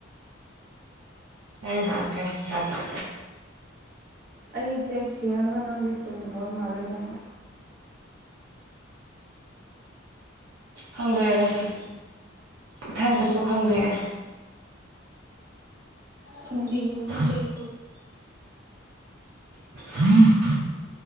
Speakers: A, on the right; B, on the right.
A: <inaudible>
B: ꯑꯩꯒꯤ ꯇꯦꯛꯁꯤ ꯌꯦꯡꯉꯒ ꯅꯪꯗꯤ ꯇꯨꯝꯈ꯭ꯔꯕ ꯃꯥꯜꯂꯦ ꯑꯃꯨꯛꯀ
A: ꯈꯪꯗꯦ ꯑꯩꯁꯤ ꯏꯊꯟꯇꯁꯨ ꯈꯪꯗꯦꯑꯦ
B: ꯐꯝꯕꯤꯌꯨ
A: <inaudible> <inaudible>